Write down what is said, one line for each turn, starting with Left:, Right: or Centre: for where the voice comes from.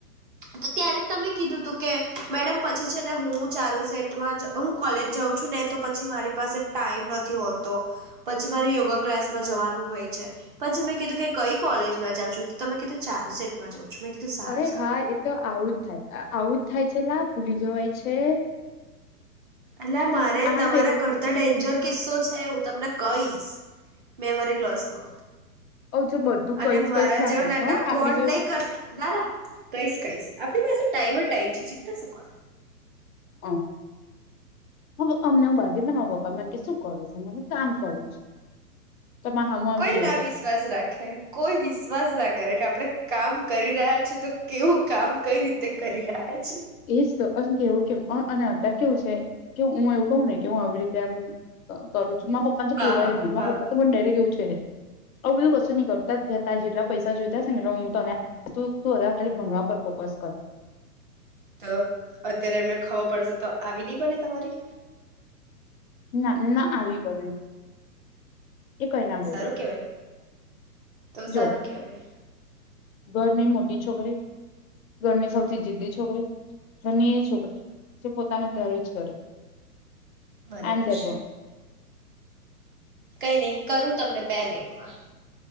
Right: તો ત્યારે જ તમે કીધું તું કે મેડમ પછી છે ને હું ચારુ સેટમાં હું કોલેજ જાઉં છું ને તો પછી મારી પાસે ટાઈમ નથી હોતો પછી મારે યોગા ક્લાસમાં જવાનું હોય છે પછી મેં કીધું કે કઈ કોલેજમાં જા છું તો તમે કીધું ચારુ સેટમાં જઉં છું. છું મેં કીધું સારું
Left: અરે
Right: સારું.
Left: હા એ તો આવું જ થાય આવું જ થાય છે. અલા ભૂલી જવાય છે.
Right: અલા મારે
Left: આ
Right: તમારા
Left: પે
Right: કરતા ડેન્જર કિસ્સો છે હું તમને કહીશ. મેરી મેમરી લોસ નો
Left: જો બધું કઈશ
Right: અને મારા
Left: કઈશ ના
Right: જેવા
Left: કરશો
Right: નાટક
Left: આપડી
Right: કોણ
Left: જો
Right: નહી કરતા દાદા કહીશ કહીશ આપણી પાસે ટાઈમ ટાઈમ ચિંતા શું કરો.
Left: ઓ હ અમને હું બાંધી પપ્પા મને કે શું કરું છું? કામ કરું છું. તો મારા હામું આમ
Right: કોઈ
Left: જોઈ
Right: ના
Left: ગયા
Right: વિશ્વાસ રાખે કોઈ વિશ્વાસ રાખે ઘરે કે આપડે કામ કરી રહ્યા છીએ તો કેવું કામ કઈ રીતે કરી રહ્યા છે.
Left: એજ તો અ કેવું કેમ અને કેવું છે કે હું એવું કહું ને કે હું આવી રીતે આમ કરું છ મારે પાપા તો
Right: હા
Left: કેવા
Right: હા
Left: જ નહિ મા
Right: હા
Left: પપા પણ ડાયરે એવુ જ આવું બધું કશું નહી કરું ત જેટલા પૈસા જોઈતા હ ને એટ હું તને ખાલી ભણવા પર ફોકસ કર
Right: તો અત્યારે એમને ખબર પડશે તો આવી નહી બને તમારી
Left: ના ના આવી બને એ કઈ ના બોલે
Right: સારું કેવાય તો સારું
Left: જો
Right: કેવાય
Left: ઘરની મોટી છોકરી ઘરની સૌથી જિદી છોકરી ધર એ છોકરી જે પોતાનો ધ્યાર જ કરે
Right: બરાબર
Left: આઈ એમ ધેટ
Right: છે.
Left: વન
Right: કઈ નહી કરું તમને બે મિનિટમાં